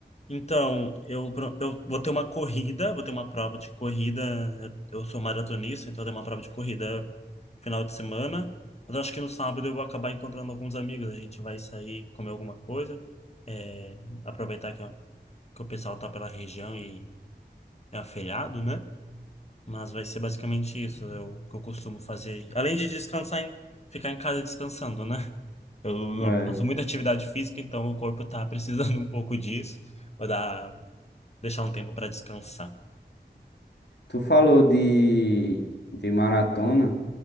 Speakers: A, on the left (about 40°); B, on the left (about 75°).
A: Então, eu, pro- eu vou ter uma corrida, vou ter uma prova de corrida. Eu, eu sou maratonista, então tem uma prova de corrida final de semana. Mas acho que no sábado eu vou acabar encontrando alguns amigos. A gente vai sair, comer alguma coisa, é, aproveitar que, ó, que o pessoal tá pela região e é aferiado, né? Mas vai ser basicamente isso eu, que eu costumo fazer. Além de descansar, em, ficar em casa descansando, né? Eu não-
B: É.
A: faço muita atividade física, então o corpo tá precisando <laughs> um pouco disso. Vou dar Deixar um tempo pra descansar.
B: Tu falou de, de maratona.